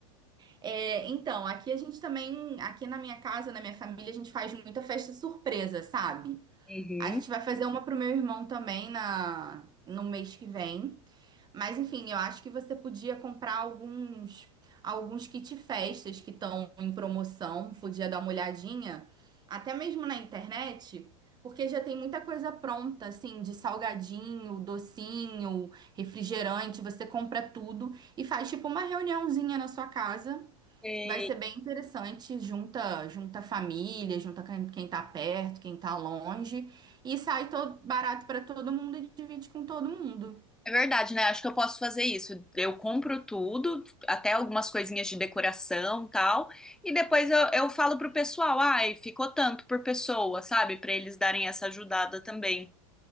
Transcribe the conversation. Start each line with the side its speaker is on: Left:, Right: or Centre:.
Right: É, então, aqui a gente também, aqui na minha casa, na minha família, a gente faz muita festa surpresa, sabe?
Centre: Uhum.
Right: A gente vai fazer uma pro meu irmão também na, no mês que vem. Mas enfim, eu acho que você podia comprar alguns alguns kit festas que estão em promoção, podia dar uma olhadinha, até mesmo na internet, porque já tem muita coisa pronta, assim, de salgadinho, docinho, refrigerante, você compra tudo e faz tipo uma reuniãozinha na sua casa.
Centre: Sei.
Right: Vai ser bem interessante, junta junta família, junta quem, quem tá perto, quem tá longe e sai todo barato para todo mundo e divide com todo mundo.
Centre: É verdade, né? Acho que eu posso fazer isso. Eu compro tudo, até algumas coisinhas de decoração, tal, e depois eu, eu falo pro pessoal, ai, ficou tanto por pessoa, sabe? Pra eles darem essa ajudada também.